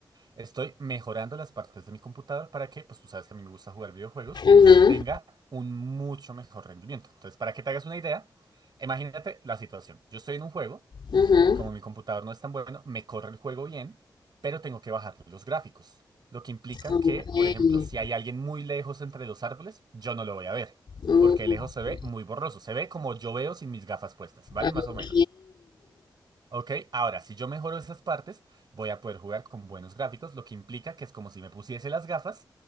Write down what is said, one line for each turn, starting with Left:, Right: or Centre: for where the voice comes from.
Right: Estoy mejorando las partes de mi computador para que, pues tú sabes que a mí me gusta jugar videojuegos,
Left: Ujú,
Right: tenga un mucho mejor rendimiento. Entonces, para que te hagas una idea, imagínate la situación. Yo estoy en un juego,
Left: ujú.
Right: como mi computador no es tan bueno, me corre el juego bien, pero tengo que bajar los gráficos. Lo que implica
Left: Okay,
Right: que, por ejemplo, si hay alguien muy lejos entre los árboles, yo no lo voy a ver,
Left: uh,
Right: porque de lejos se ve muy borroso. Se ve como yo veo sin mis gafas puestas, ¿vale?
Left: ok.
Right: Más o menos. Ok, ahora si yo mejoro esas partes, voy a poder jugar con buenos gráficos, lo que implica que es como si me pusiese las gafas